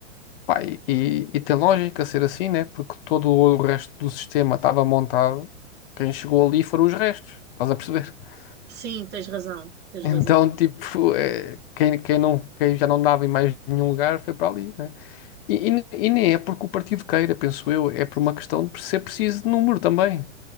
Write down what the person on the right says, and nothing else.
Sim, tens razão, tens
razão.